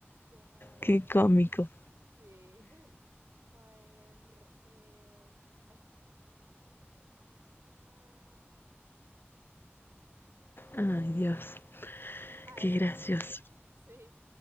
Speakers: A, on the right; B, on the left.
A: Déjame ver.
B: Qué cómico.
A: Sí. <laughs> A ver, em, ay, ¿qué te podría preguntar? Mm,
B: Ay, Dios.
A: ah,
B: Qué
A: esta.
B: gracioso.
A: <laughs> Sí.